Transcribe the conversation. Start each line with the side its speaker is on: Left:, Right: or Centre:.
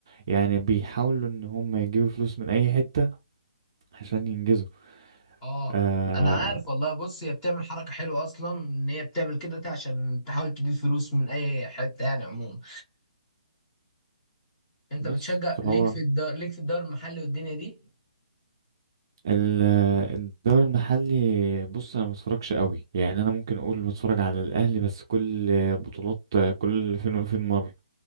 Right: يعني بيحاولوا ان هم يجيبوا فلوس من اي حتة عشان ينجزوا
Left: اه
Right: آه
Left: انا عارف والله بص هي بتعمل حركه حلوه اصلا ان هي بتعمل كده عشان تحاول تجيب فلوس من اي حته يعني عموما انت
Right: بس
Left: بتشجع
Right: فهو
Left: ليك في الدار ليك في الدوري المحلي والدنيا دي
Right: ال- آه، الدوري المحلي بص انا ما بتفرجش قوي يعني انا ممكن اقول بتفرج على الاهلي بس كل بطولات كل فين وفين مره